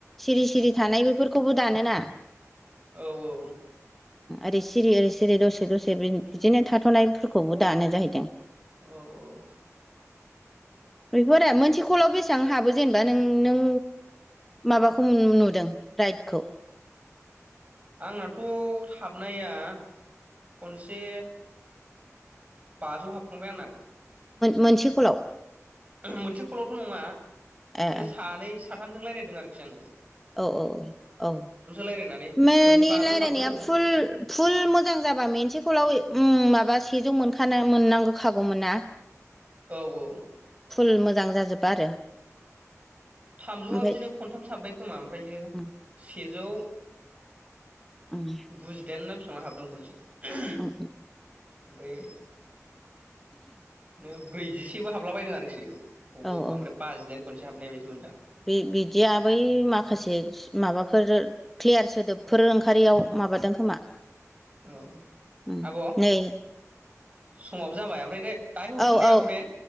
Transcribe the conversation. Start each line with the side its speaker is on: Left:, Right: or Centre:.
Centre: सिरि सिरि थानाय बेफोरखौबो दानोना
Right: औ औ
Centre: ओरै सिरि ओरै सिरि दसे दसे बिदिनो थाथ'नायफोरखौबो दानो जाहैदों।
Right: औ औ
Centre: बेफोर मोनसे कलाव बेसेबां हाबो जेनेबा नों नों। माबाखौ नुदों राइडखौ।
Right: आंनाथ' हाबनाया खनसे। बाजौ हाबफांबाय आंना।
Centre: मोनसे कलाव
Right: मोनसे कलावथ' नङा
Centre: ए
Right: बिदिनो
Centre: ए
Right: सानै साथामजों रायज्लायदों आरोखि आंजों।
Centre: औ औ औ औ
Right: रायलायनानै
Centre: मानि
Right: खनसे बाजौ
Centre: रायजलायनाया
Right: हाबदों
Centre: फुल फुल मोजां जाबा मोनसेखौलाव माबा सेजौ मोनखान मोननांगौखागौमोन ना।
Right: औ औ।
Centre: फुल मोजां जाजोबा आरो।
Right: थामजौआ
Centre: ओमफ्राय
Right: बिदिनो खन्थामसो हाबबाय खोमा ओमफ्रायो
Centre: उम
Right: सेजौ
Centre: उम।
Right: गुजिदाइन ना बेसेबां हाबदों खनसे, ओमफ्राय
Centre: उम उम
Right: नो ब्रैजिसेबो हाबला बायदों आरोखि अबावबा-अबावबा
Centre: औ औ
Right: ओमफ्राय बाजिदाइन खनसे हाबनाय बायदि मोनदों आं।
Centre: बे बिदिया बै माखासे माबाफोर क्लियार सोदोबफोर ओंखारारियाव माबादों खोमा।
Right: औ।
Centre: उम
Right: आब'
Centre: नै
Right: समाबो जाबाय ओमफ्राय दे दाहाय हरफिन
Centre: औ
Right: दे
Centre: औ
Right: आब' दे।